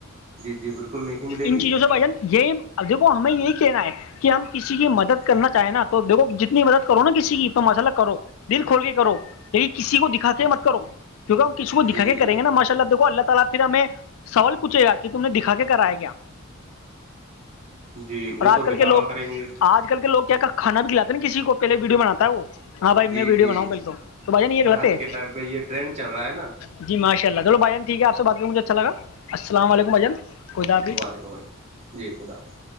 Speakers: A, on the right (about 30°); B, on the left (about 70°).
A: جی جی بالکل نہیں ملے
B: ان
A: گی
B: چیزوں سے بھائی جان یہی اب دیکھو ہمیں یہی کہنا ہے کہ ہم کسی کی مدد کرنا چاہیں نا تو دیکو جتنی مدد کرو نا کسی کی اتنا مسئلہ کرو دل کھول کے کرو کسی کو دکھا کے مت کرو کیونکہ ہم اس کو دکھا
A: جی
B: کے
A: جی
B: کریں گے نا ماشاءاللہ دیکھو اللہ تعالی پھر ہمیں سوال پوچھے گا کہ تم نے دکھا کے کرایا گیا
A: جی وہ
B: اور
A: تو
B: آج کل
A: دکھاوا
B: کے لوگ
A: کریں گے یہ تو
B: آج کل کے لو کیا کانا بھی کلے نا کسی کو پہے ویڈیو باتا ہے وہ ہاں بھائی
A: جی
B: میں ویڈیو
A: جی
B: بناؤں بالک تو بھائی ج ن یہ لط
A: آج
B: ہے
A: کے ٹائم پہ یہ ٹرینڈ چل رہا ہے نا
B: <unintelligible> جی ماشاء اللہ چل بھجان ٹیک آپ سے بات کریں مجھے اچھا لگا السلام علیکم بھجان کوئی بات نہیں
A: ب <unintelligible>
B: <unintelligible>
A: جی خداظ <unintelligible>